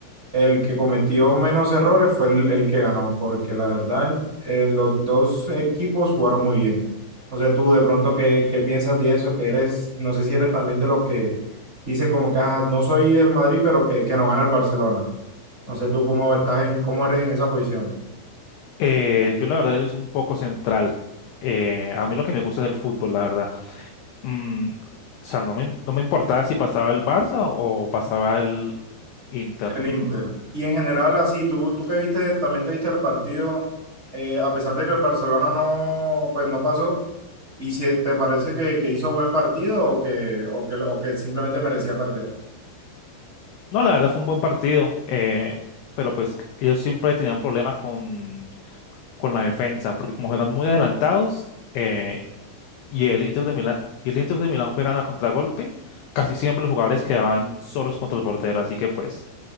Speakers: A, on the right; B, on the left.
A: El que cometió menos errores fue el, el que ganó, porque la verdad en- eh, los dos equipos jugaron muy bien. O sea, tú de pronto, ¿qué, qué piensas de eso? Que eres, no sé si eres también de los que dice como que "Ah, no soy del Madrid, pero que, que no gana el Barcelona. No sé tú cómo estás en, cómo eres en esa posición.
B: Eh, yo la verdad es un poco central. Eh, a mí lo que me gusta es el fútbol, la verdad. Mm, o sea, no me, no me importaba si pasaba el Barça o pasaba el Inter.
A: El Inter. Y en general, así, tú, tú que viste, también te viste el partido, eh, a pesar de que el Barcelona no, pues no pasó, ¿y si te parece que, que hizo buen partido o que, o que, o que simplemente merecía perder?
B: No, la verdad fue un buen partido, eh, pero pues ellos siempre tenían problema con, con la defensa, porque como juegan muy adelantados, eh, Y el Inter de Milán, y el Inter de Milán juegan a contragolpe. Casi siempre los jugadores quedaban solos contra el portero, así que pues